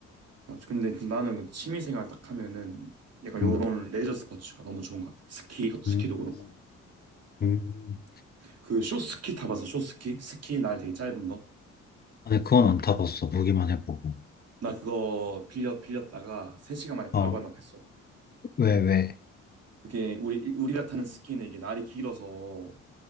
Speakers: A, on the right (about 55°); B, on the left (about 30°).
A: 아, 근데 나는 그 취미생활 딱 하면은 약간 요런
B: 음,
A: 레저 스포츠가 너무 좋은 것 같아. 스키, 이것도 스키도
B: 음,
A: 그렇고.
B: 음.
A: 그 쇼스키 타봐서 쇼스키? 스키 날 되게 짧은 거?
B: 아니, 그건 안 타봤어. 보기만 해보고.
A: 나 그거 빌려, 빌렸다가 3시간 만에 바로
B: 어,
A: 반납했어.
B: 왜, 왜?
A: 그게 우리, 우리가 타는 스키는 이게 날이 길어서